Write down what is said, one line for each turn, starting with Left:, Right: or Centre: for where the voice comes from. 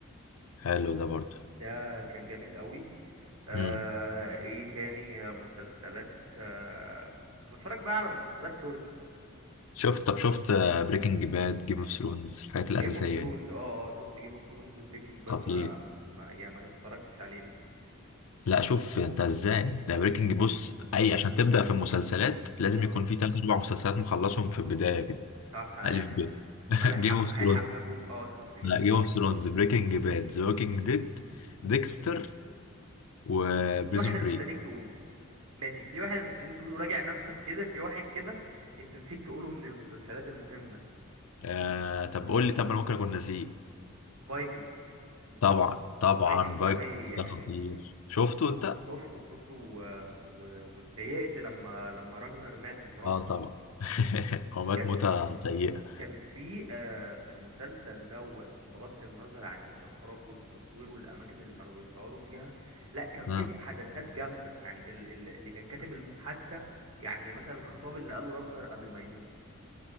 Left: حلو ده برضو
Right: ده كان جامد قوي آه،
Left: امم
Right: ايه تاني آه، مسلسلات آه، بتفرج بقى على مسلسلات تركي
Left: شفت طب شفت بريكنج باد جيم اوف ثرونز الحاجات الأساسية
Right: جيم اوف ثرونز
Left: دي
Right: اه اه شفت جيم اوف ثرونز بريكنج باد
Left: خطير
Right: ما, ما يعني ما اتفرجتش عليه لسه
Left: لا شوف أنت إزاي ده بريكنج بص أي عشان تبدأ في المسلسلات لازم
Right: اه
Left: يكون في تلات أربع مسلسلات مخلصهم في البداية كده
Right: صح ايوه
Left: ألف ب
Right: هما
Left: <laughs>
Right: اللي هيحب...
Left: جيم اوف ثرونز
Right: هيحببوك اه شفت جيم
Left: لا
Right: اوف
Left: جيم
Right: ثرونز
Left: اوف ثرونز بريكنج باد ذا ووكينج ديد ديكستر وبريزون
Right: في واحد انا
Left: بريك
Right: مستنيك تقوله ماشي في واحد انا مستنيك تقوله راجع نفسك كده في واحد كده انت نسيت تقوله من المسلسلات المهمة
Left: آه طب قول لي طب انا ممكن اكون ناسيه
Right: فايكنجز
Left: طبعا طبعا
Right: فايكنجز
Left: فايكنجز
Right: ده ما ي- يعني
Left: ده خطير شفته انت؟
Right: شفته شفته و- و- واتضايقت لما لما راجنر مات بصراحة
Left: اه طبعا <laughs> هو مات
Right: كان
Left: موتة سيئة
Right: كان في آه، في المسلسل دوت بغض النظر عن الإخراج والتصوير والأماكن اللي كانوا بيصوروا فيها لا كان في
Left: آه.
Right: محادثات جامدة يعني ال- ال- اللي كان كاتب المحادثة يعني مثلا الخطاب اللي قاله راجنر قبل ما يموت